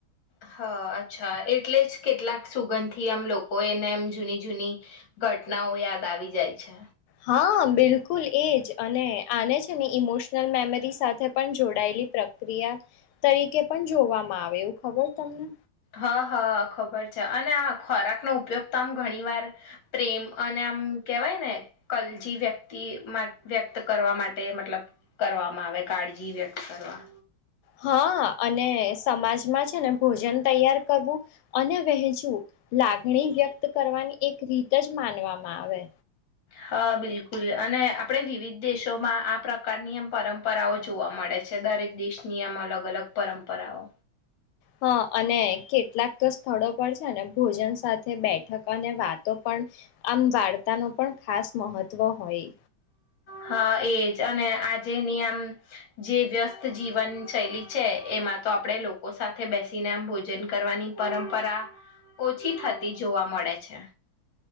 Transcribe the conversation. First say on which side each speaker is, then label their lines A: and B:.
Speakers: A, on the left; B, on the left.
A: હ અચ્છા એટલે જ કેટલાક સુગંધ થી આમ લોકો એને એમ જૂની જૂની ઘટનાઓ યાદ આવી જાય છે.
B: હા, બિલકુલ એજ અને આને છે ને ઇમોશનલ મેમરી સાથે પણ જોડાયેલી પ્રક્રિયા તરીકે પણ જોવામાં આવે એવું ખબર તમને
A: હા હા ખબર છે અને આ ખોરાકનોો ઉપયોગ તો આમ ઘણી વાર પ્રેમ અને આમ કેહેવાય ને કલજી વ્યક્તિ વ્યક્ત કરવા માટે મતલબ કરવામાં આવે કાળજી વ્યક્ત કરવા
B: હા, અને સમાજમાં છે ને ભોજન તૈયાર કરવું અને વહેંચવું લાગણી વ્યક્ત કરવાની એક રીત જ માનવામાં આવે.
A: હા, બિલકુલ અને આપણે વિવિધ દેશોમાં આ પ્રકારની આમ પરંપરાઓ જોવા મળે છે દરેક દેશની આમ અલગ અલગ પરંપરાઓ.
B: હા, અને કેટલાક તો સ્થળો પર છે ને ભોજન સાથે બેઠક અને વાતો પણ આમ વાર્તા ન પણ ખાસ મહત્વ હોય.
A: હા, એજ અને આજેની આમ જે વ્યસ્ત જીવન શૈલી છે, એમાં તો આપણે લોકો સાથે બેસીને આમ ભોજન કરવાની પરંપરા ઓછી થતી જોવા મળે છે.